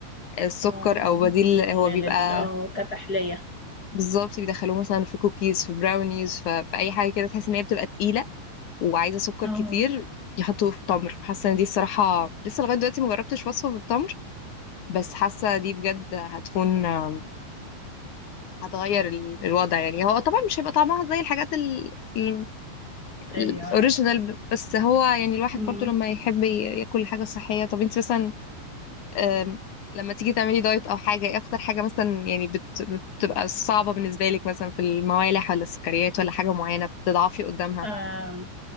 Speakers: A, on the left (about 55°); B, on the left (about 20°).
A: السكر
B: اه
A: او بديل
B: لل
A: هو بيبقى
B: لل اه كتحلية
A: بالظبط بيدخلوه مثلا في كوكيز في براونيز ف- في اي حاجه كده تحس ان هي بتبقى تقيله وعايزه سكر
B: اه
A: كتير يحطوه في التمر حاسه ان دي الصراحه لسه لغايه دلوقتي مجربتش وصفه بالتمر بس حاسه دي بجد هتكون آم، هتغير ال- الوضع يعني هو طبعا مش هيبقى طعمها زي الحاجات ال- ال-
B: ايوه
A: الاوريجينال
B: ايوه
A: بس هو يعني الواحد
B: أمم.
A: برضو لما يحب ي- ياكل حاجه صحيه طب انت مثلا أم، لما تيجي تعملي دايت او حاجه ايه اكتر حاجه مثلا يعني بت... بتبقى صعبه بالنسبه لك مثلا في الموالح ولا السكريات ولا حاجه معينه بتضعفي قدامها
B: آم،